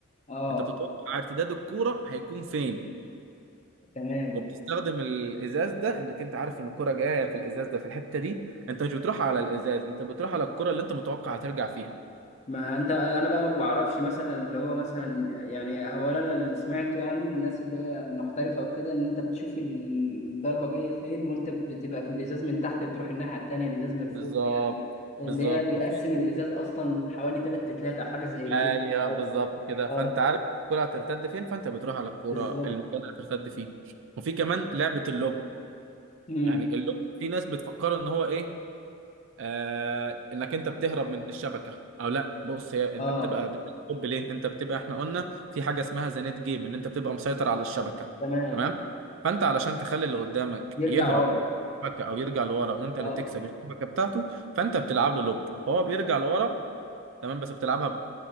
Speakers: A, on the left; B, on the right.
A: اه
B: انت بتتوقع ارتداد الكوره هيكون فين
A: تمام
B: وبتستخدم الازاز ده انك انت عارف ان الكوره جايه في الازاز ده في الحته دي انت مش بتروح على الازاز انت بتروح على الكوره اللي انت متوقع هترجع فيها
A: ما انت انا بقى ما بعرفش مثلا اللي هو مثلا يعني هو انا اللي سمعته يعني من الناس اللي هي محترفه وكده ان انت بتشوف الضربه جايه فين وانت بتبقى في الازاز من تحت بتروح الناحيه التانيه الازاز من فوق
B: بالظبط
A: يعني اللي
B: بالظبط
A: هي بيقسم
B: وفي
A: الازاز اصلا حوالي تلات تلات او حاجه زي كده
B: ايوه
A: أيوة.
B: بالظبط كده
A: اه
B: فانت عارف الكوره هترتد فين فانت بتروح على الكوره
A: بالظبط
B: المكان اللي هترتد فيه وفي كمان لعبه اللوب
A: امم
B: يعني اللغة في ناس بتفكر ان هو ايه آه انك انت بتهرب من الشبكه او لا بص هي انت
A: اه
B: بتبقى بتقول ليه انت بتبقى احنا قلنا في حاجه اسمها ذا نت جيم ان انت بتبقى مسيطر على الشبكه
A: تمام
B: تمام فانت علشان تخلي اللي قدامك
A: يرجع
B: يهرب
A: ورا
B: من الشبكه او يرجع لورا وانت
A: اه
B: اللي تكسب الشبكه بتاعته فانت بتلعب له لوب فهو بيرجع لورا تمام بس بتلعبها